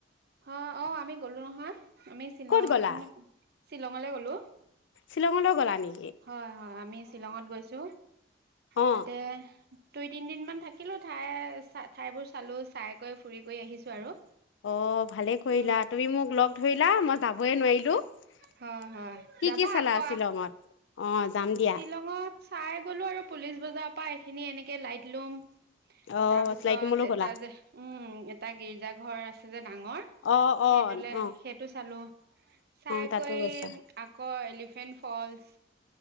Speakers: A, on the right; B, on the left.
A: হা', -অ- আমি গ'লো। হয়, আমি শ্বিলং
B: ক'ত গ'লা
A: -শ্বিলংলৈ গলো। হেল্ল',
B: শ্বিলঙলৈ গলানি?
A: হয়- হয় আমি শ্বিলঙত গৈছো।
B: অ
A: তাতে দুই তিনিদিন মান থাকিলো ঠাই ঠাইবোৰ চালো চাই গৈ ফুৰি গৈ আহিছো আৰু।
B: অ ভালে কৰিলা
A: উম
B: তুমি মোক লগ ধৰিলা মই যাবই নোৱাৰিলো কি-কি
A: হয় হয় যাবা
B: চালা
A: আকৌ
B: শ্বিলঙত। অ যাম দিয়া
A: শ্বিলঙত চাই গ'লো আৰু পুলিচ বজাৰত পাই এই খিনি এনেকে লাইট লোম
B: অ
A: তাৰপিছত
B: শ্লাইটিমলৈ
A: এটা
B: গ'লা
A: যে উম এটা গীৰ্জা ঘৰ আছে তই যে ডাঙৰ
B: অ
A: সেইটোলে
B: অ অ
A: সেইটো চালো চাইকৈ
B: অ তাতো গৈছা
A: আকৌ এলিফেন্ট ফলচ